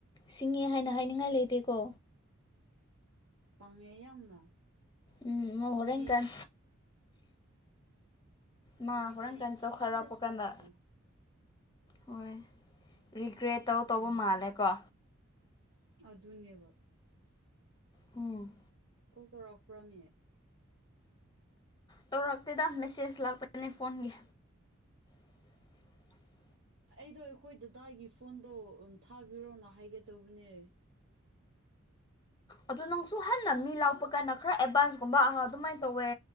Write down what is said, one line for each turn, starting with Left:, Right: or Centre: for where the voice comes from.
Left: ꯁꯤꯡꯉꯦ ꯍꯥꯏꯅ ꯍꯥꯏꯅꯤꯡꯉꯥꯏ ꯂꯩꯇꯦꯀꯣ
Right: ꯄꯥꯡꯉꯦ ꯌꯥꯝꯅ
Left: ꯎꯝ ꯃꯣ
Right: ꯃꯣꯏꯗꯤ
Left: ꯍꯣꯔꯦꯟ ꯀꯥꯟ ꯃꯥ
Right: ꯃꯣꯏꯗꯤ
Left: ꯍꯣꯔꯥꯡ ꯀꯥꯟ ꯆꯥꯎꯈꯔꯔꯥꯛꯄ
Right: ꯌꯪꯒꯦꯁ
Left: ꯀꯥꯟꯗ
Right: ꯑꯣꯏꯕꯒꯤ
Left: ꯍꯣꯏ ꯔꯤꯒ꯭ꯔꯦꯠ ꯇꯧ ꯇꯧꯕ
Right: ꯎꯝ
Left: ꯃꯥꯜꯂꯦꯀꯣ
Right: ꯑꯗꯨꯅꯦꯕ
Left: ꯍꯨꯝ
Right: ꯀꯣꯜ ꯇꯧꯔꯛꯄ꯭ꯔꯣ ꯃꯤ
Left: ꯇꯧꯔꯛꯇꯦꯗ ꯃꯦꯁꯦꯖ ꯂꯥꯛꯄꯅꯦ ꯐꯣꯟꯒꯤ <unintelligible>
Right: ꯑꯩꯗꯣ ꯑꯩꯈꯣꯏ ꯗꯗꯥꯒꯤ ꯐꯣꯟꯗꯣ ꯊꯥꯕꯤꯔꯣꯅ ꯍꯥꯏꯒꯦ ꯇꯧꯕꯅꯦ
Left: ꯑꯗꯨ ꯅꯪꯁꯨ ꯍꯟꯅ ꯃꯤ ꯂꯥꯛꯄ ꯀꯥꯟꯅ ꯈꯔ ꯑꯦꯗꯚꯥꯟꯁꯀꯨꯝꯕ ꯑꯗꯨꯃꯥꯏꯅ ꯇꯧꯋꯦ